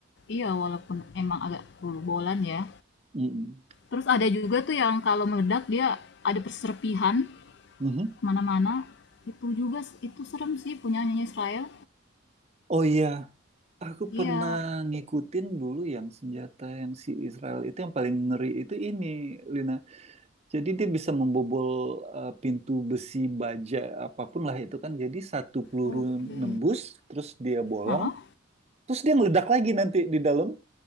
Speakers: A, on the left (about 55°); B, on the right (about 30°).
A: Iya, walaupun emang agak bolu-bolan ya.
B: Mm-mm.
A: Terus ada juga tuh yang kalau meledak dia ada perserpihan
B: Mhm.
A: kemana-mana itu juga itu serem sih punya nyanyi Israel
B: Oh iya, aku
A: iya
B: pernah ngikutin dulu yang senjata yang si Israel itu yang paling ngeri itu ini Lina. Jadi dia bisa membobol eh, pintu besi baja apapun lah itu kan. Jadi satu peluru
A: oke
B: nembus, terus dia bolong,
A: Ah, ah.
B: terus dia meledak lagi nanti di dalam,